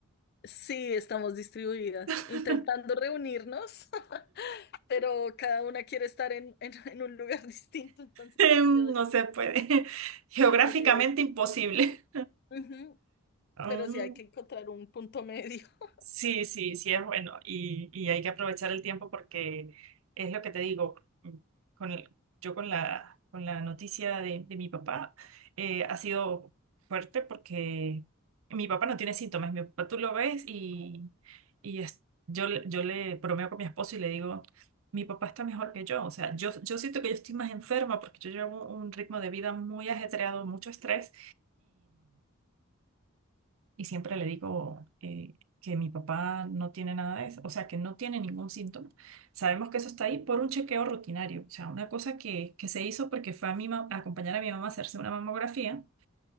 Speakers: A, on the left; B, on the right.
A: Sí, estamos distribuidas,
B: <laughs>
A: intentando reunirnos, <laughs> pero cada una quiere estar en, en, en un lugar <laughs> distinto, entonces
B: Em,
A: ha sido,
B: No se puede. <laughs> Geográficamente
A: sí, ha sido,
B: imposible.
A: ujú,
B: <laughs>
A: pero sí hay que encontrar un punto medio. <laughs>
B: Sí, sí, sí es bueno y, y hay que aprovechar el tiempo porque es lo que te digo, mm, con el- yo con la, con la noticia de, de mi papá eh, ha sido fuerte porque mi papá no tiene síntomas, mi papá tú lo ves y, y es- yo, le- yo le bromeo con mi esposo y le digo, mi papá está mejor que yo, o sea, yo, yo siento que yo estoy más enferma porque yo llevo un ritmo de vida muy ajetreado, mucho estrés y siempre le digo eh, que mi papá no tiene nada de eso, o sea, que no tiene ningún síntoma. Sabemos que eso está ahí por un chequeo rutinario, o sea, una cosa que, que se hizo porque fue a, mi ma- a acompañar a mi mamá a hacerse una mamografía